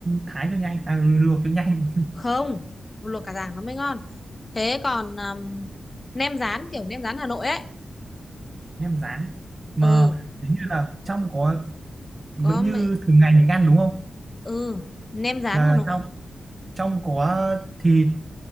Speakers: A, on the right; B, on the left.
A: thái cho nhanh, à, luộc cho nhanh
B: không luộc cả tảng nó mới ngon thế còn um, nem rán kiểu nem rán Hà Nội ấy
A: <laughs> nem rán mà
B: ừ
A: kiểu như là trong có vẫn
B: có mẹ
A: như thường ngày mình ăn đúng không
B: ừ nem rán
A: là
B: Hà Nội
A: Dạ. trong trong có thịt